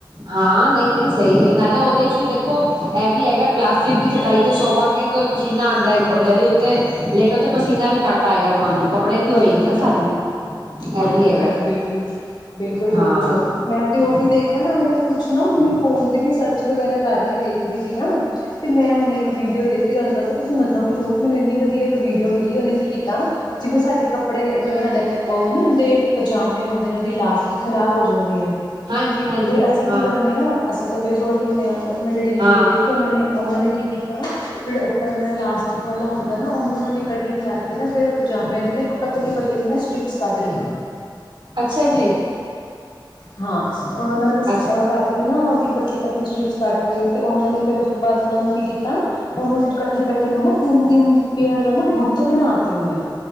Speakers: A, on the right (about 75°); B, on the left (about 65°).
A: ਹਾਂ ਨਈ-ਨਈ ਸਈ ਏ ਨਾਲੇ ਉਹਦੇ ਚ ਵੀ ਦੇਖੋ ਇਹ ਵੀ ਹੈਗੈ ਪਲਾਸਟਿਕ ਦੀ ਚਟਾਈ ਤੇ ਸੋਵਾਂਗੇ ਤੋਂ ਪਸੀਨਾ ਆਂਦਾ ਏ ਔ ਦਰੀ ਉੱਤੇ ਲੇਟੋ ਤੇ ਪਸੀਨਾ ਵੀ ਘੱਟ ਆਏਗਾ। ਤੁਹਾਨੂੰ ਕੱਪੜੇ ਦੀ
B: ਹਾਂਜੀ
A: ਹੋਏਗੀ ਨਾ
B: ਹ,
A: ਸਾੜੀ
B: ਹਾਂਜੀ-ਹਾਂਜੀ
A: ਇਹ ਵੀ ਹੈਗਾ
B: ਬਿਲਕੁਲ, ਬਿਲਕੁਲ-ਬਿਲਕੁਲ
A: ਹਾਂ
B: ਮੈਂ ਤੇ ਉਹ ਫੀ ਦੇਖਾ ਨਾ ਮੈਨੂੰ ਪੁੱਛਣਾ ਹੁਨੇ ਫੋਨ ਤੇ ਵੀ ਸਰਚ ਵਗੈਰਾ ਕਰਕੇ ਦੇਖ ਰਹੀ ਸੀ ਨਾ ਤੇ ਮੈਂ ਹੁਣ ਇੱਕ ਵੀਡੀਓ ਦੇਖੀ ਔਨੂੰ ਪਤੈ ਤੁਸੀ ਮੰਨੋਗੇ ਝੂਠ ਮੈਨੂੰ ਇੰਨੀ ਵ ਵੀਡੀਓ ਮਿਲੀ ਉਹਨੇ ਕੀ ਕੀਤਾ ਸਾਡੇ ਕੱਪੜੇ ਜਿਵੇਂ ਸਾਡੇ ਔ ਨੀ ਹੁੰਦੇ ਪਜਾਮੇ ਹੁੰਦੇ ਨੇ ਉਹਦੀ ਲਾਸਟਿਕ ਖ਼ਰਾਬ ਹੋ ਜਾਂਦੀ ਏ
A: ਹਾਂਜੀ ਹਾਂਜੀ
B: ਤੇ ਅਸੀਂ
A: ਹਾਂ
B: ਕੀ ਕਰਨੇ ਆਂ, ਅਸੀਂ ਤਾਂ ਬਈ ਸੁੱਟ ਦਿੰਨੇ ਆਂ ਬਟ ਮੈਂ ਜਿਹੜੀ ਵੀਡੀਓ
A: ਹਾਂ
B: ਦੇਖੀ ਉਹਨਾਂ ਨੇ ਉਹਨਾਂ ਨੇ ਕੀ ਕੀਤਾ ਜਿਹੜਾ ਉੱਪਰ ਵਾਲਾ ਇਲਾਸਟਿਕ ਵਾਲਾ ਹੁੰਦੈ ਨਾ ਉਹਨੂੰ ਉਹਨਾਂ ਨੇ ਕਟਿੰਗ ਕਰਕੇ ਨਾ ਫਿਰ ਪਜਾਮਿਆਂ ਦੀ ਨਾ ਇੱਕ ਪਤਲੀ-ਪਤਲੀ ਨਾ ਸਟ੍ਰਿਪਸ ਕੱਟ ਲੀ
A: ਅੱਛਾ ਜੀ
B: ਹਾਂ। ਉਹਨਾਂ ਨੇ
A: ਅੱਛਾ
B: ਅ ਕਰਕੇ ਨਾ ਪਤਲੀ-ਪਤਲੀ ਸਟ੍ਰਿਪਸ ਕੱਟ ਕੇ ਤੇ ਉਹਨਾਂ ਨੇ ਫੇਰ ਉਸ ਤੋਂ ਬਾਅਦ ਉਹਨਾਂ ਨੂੰ ਕੀ ਕੀਤਾ ਉਹਨੂੰ ਕੱਠੇ-ਕੱਠੇ ਨੂੰ ਨਾ ਤਿੰਨ-ਤਿੰਨ ਪੇਅਰ ਦਾ ਨਾ ਗੁੱਤ ਬਣਾ ਤੀ ਔਨੇ।